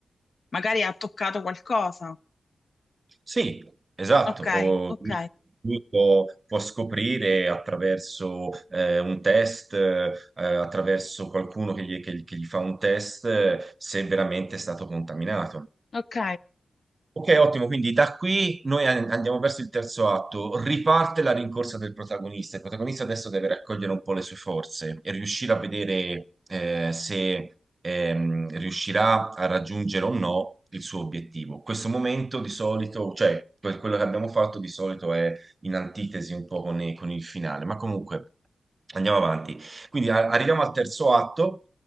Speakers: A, on the left; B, on the right.
A: Magari ha toccato qualcosa.
B: sì, esatto,
A: Ok,
B: o-
A: ok,
B: lui può, può scoprire attraverso eh, un test, eh, attraverso qualcuno che gli, che gli- che gli fa un test, eh, se veramente è stato contaminato.
A: ok.
B: Ok, ottimo, quindi da qui noi an- andiamo verso il terzo atto, riparte la rincorsa del protagonista, il protagonista adesso deve raccogliere un po' le sue forze e riuscire a vedere eh, se ehm, riuscirà a raggiungere o no il suo obiettivo. Questo momento di solito, cioè que- quello che abbiamo fatto di solito è in antitesi un po' con, i- con il finale, ma comunque andiamo avanti. Quindi a- arriviamo al terzo atto,